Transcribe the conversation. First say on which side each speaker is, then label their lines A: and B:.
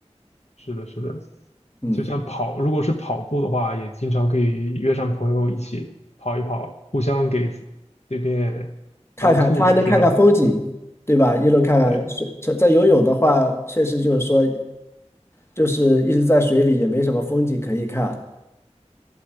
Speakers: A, on the left; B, on the left.
A: 是的，是的，
B: 嗯，
A: 就像跑，如果是跑步的话，也经常可以约上朋友一起跑一跑，互相给对面当兔子这种。
B: 看看他还能看看风景，对吧？一路看看水，
A: 对
B: 在在游泳的话，确实就是说，就是一直在水里也没什么风景可以看。